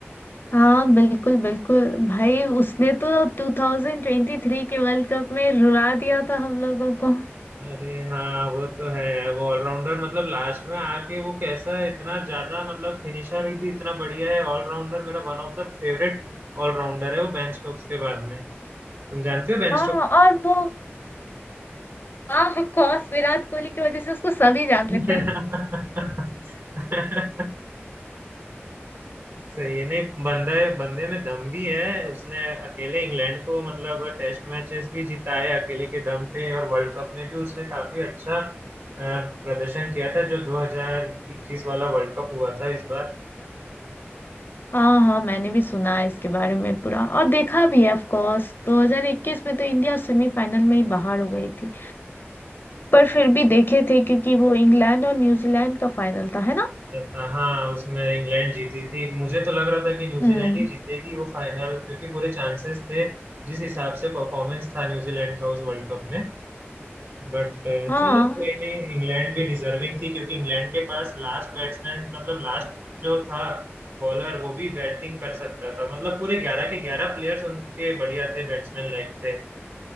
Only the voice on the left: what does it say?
हाँ बिल्कुल बिल्कुल भाई उसने तो 2023 के वर्ल्ड कप में रुला दिया था हम लोगों को
हाँ और वो ऑफ कोर्स विराट कोहली की वजह से उसको सभी जान
लेते हैं
हाँ हाँ मैंने भी सुना है इसके बारे में पूरा और देखा भी है ऑफ कोर्स 2021 में तो इंडिया सेमीफाइनल में ही बाहर हो गई थी पर फिर भी देखे थे क्योंकि वो इंग्लैंड और न्यूजीलैंड का फाइनल था है ना
हम्म
हाँ